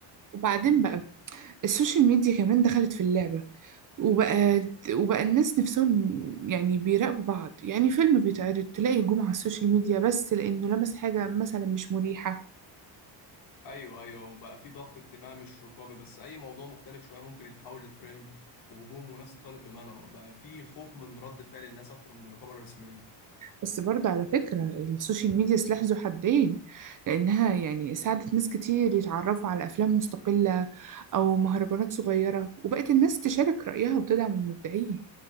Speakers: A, on the right; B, on the left.
A: وبعدين بقى السوشيال ميديا كمان دخلت في اللعبة وبقى وبقى الناس نفسهم يعني بيراقبوا بعض يعني فيلم بيتعرض تلاقي هجوم على السوشيال ميديا بس لأنه لمس حاجة مثلا مش مريحة
B: ايوه ايوه وبقى في ضغط اجتماعي مش رقابي بس اي موضوع مختلف شويه ممكن يتحول لترند وهجوم وناس تطالب بمنعه بقى في خوف من رد فعل الناس اكتر من الرقابه الرسميه
A: بس برضه على فكرة السوشيال ميديا سلاح ذو حدين لأنها يعني ساعدت ناس كتير يتعرفوا على أفلام مستقلة أو مهرجانات صغيرة وبقت الناس تشارك رأيها وتدعم المبدعين